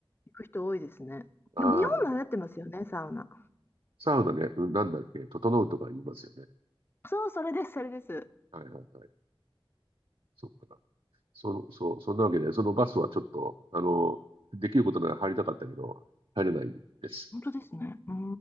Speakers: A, on the left; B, on the right.
A: く人多いですね。
B: ああ、
A: でも、日本も流行ってますよね、サウナ。
B: サウナね、うんなんだっけ、整うとか言いますよね。
A: そう、それです、それです。
B: はいはいはい。そっか。その、そう、そんなわけで、そのバスはちょっと、あの、できることなら入りたかったけど、入れないです。
A: 本当ですね。うー